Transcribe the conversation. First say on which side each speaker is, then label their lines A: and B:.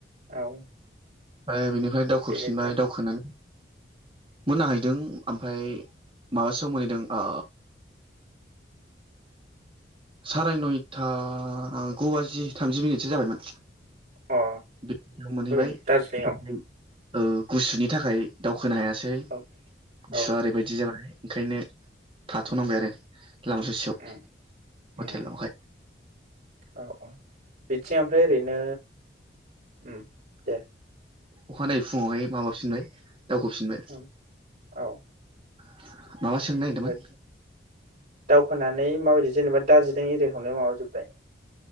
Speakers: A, on the right; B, on the right.
A: औ
B: ए बिनो ओमफाय दावखोफिनबाय
A: बेनिफ्राय
B: दावखोनानै मोनाहैदों। ओमफ्राय माबासोयाव मोनहैदों आ साराय नयथा गु बाजि थामजि मिनिटसो जाबायमोन।
A: अ
B: बेयाव मोनहैबाय
A: हजों दार्जिलिंआव
B: ओफ्राय ओ गुसुनि थाखाय दाउ खोनो हायासै
A: औ
B: गुसुआ
A: औ
B: ओरैबायदि जाबाय। ओंखायनो थाथ'नांबाय आरो। लामा ससेयाव
A: उम उम
B: हटेलावहाय
A: औ औ बिथिं ओमफ्राय ओरैनो ओम दे।
B: अखानायै फुङावहाय माबाफिनबाय दावखोफिनबाय
A: औ औ
B: <unintelligible> नागिरदोंमोन
A: ओमफ्राय दावखोनानै माबायदि जेनेबा दार्जिलिं एरियाखौनो माबाजोब्बाय?